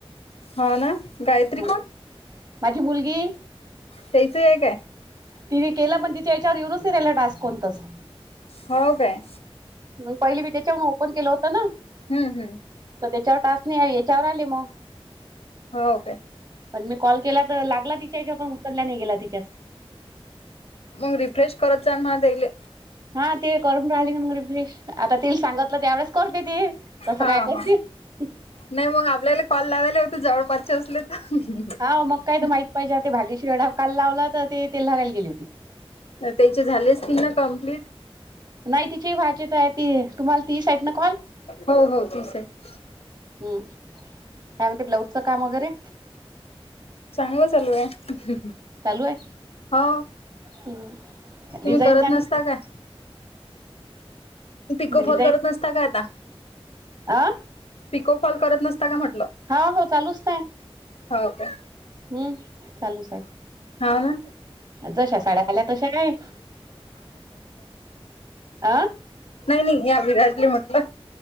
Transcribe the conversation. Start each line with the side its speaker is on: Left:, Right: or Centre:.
Left: <inaudible> हा ना गायत्री
Right: हं
Left: कोण
Right: माझी मुलगी
Left: सईच हे हाय काय?
Right: तिने केलं पण तिच्या याच्यावर येऊनच नाही राहिला टास्क कोणताच
Left: हो काय.
Right: मग पहिले मी त्याच्यावरून ओपन केलं होत ना
Left: हम्म -हम्म
Right: तर त्याच्यावर टास्क नाही याय याच्यावर आले मग
Left: हाव काय?
Right: पण मी कॉल केला तर लागला तिच्याहेच्याव पण उतरल्या नाही गेला तिच्यास
Left: मग रिफ्रेश करत जाल म्हण त्यायले.
Right: हा ते करून राहिले ना मग रिफ्रेश आता तिला सांगतलं त्यावेळस करते ती तसं
Left: हा
Right: काय करती
Left: हा.
Right: <inaudible>
Left: नाही मग आपल्याला कॉल लावायला होत जवळपासचे असले तर
Right: हा मग
Left: <inaudible>
Right: काय तर माहित पाहिजे ते भागेश्री वढाव काल लावला तर ते तेल्हाराला गेली होती.
Left: त्याचे झाले असतील ना कम्प्लीट?
Right: नाही तिची व्हायचेच आहे ती तुम्हाला तीस आहेत ना कॉल?
Left: हो -हो तीस आहेत.
Right: हम्म काय म्हणते ब्लाऊजचं काम वगैरे?
Left: चांगलं चालू आहे
Right: चालू आहे
Left: हो
Right: हम्म
Left: तुम्ही
Right: डिझाईन
Left: करत
Right: चांगली
Left: नसता काय? तिको
Right: मी डिझाईन
Left: फॉल करत नसता काय आता?
Right: अ
Left: पिको फाॅल करत नसता का म्हटलं
Right: हा- हो चालूच नाही.
Left: हो का?
Right: हम्म चालूच आहेत.
Left: हा ना
Right: जशा साड्या आल्या तशा काय अ <inaudible>
Left: नाही- नाही या विराटले म्हटलं.